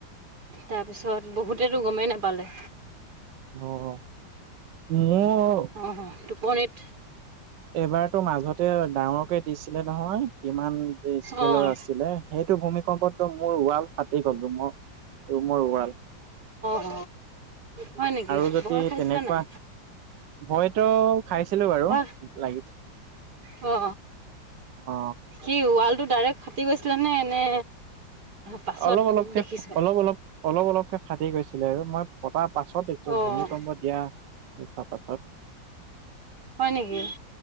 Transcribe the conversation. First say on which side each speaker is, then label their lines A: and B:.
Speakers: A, on the right; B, on the right.
A: তাৰপিছত বহুতেতো গমেই নাপালে
B: অ মোৰ
A: অ তোপনিত
B: এইবাৰতো মাজতে ডাঙৰকে দিছিলে নহয় কিমান স্কেলৰ
A: অ',
B: আছিলে সেইটো সেইটো ভূমিকম্পদটো মোৰ ওৱাল ফাটি গলো ম মোৰ ৰোমৰ ওৱাল
A: অ হয় নেকি
B: আৰু যদি
A: ভয় খাইছিলা
B: তেনেকুৱা
A: নাই?
B: ভয়তো খাইছিলো বাৰু
A: ভয়
B: লাগি
A: অ
B: অ
A: কি ৱাল টো ডাইৰেক্ট ফাটি গৈছিলে নে পাছত
B: অলপ অলপকে
A: দেখিছা?
B: অলপ অলপ অলপ অলপকে ফাটি গৈছিলে আৰু মই ফটাৰ পাছত দেখিছোঁ
A: অ',
B: ভূমিকম্প দিয়া তা পাছত
A: হয় নেকি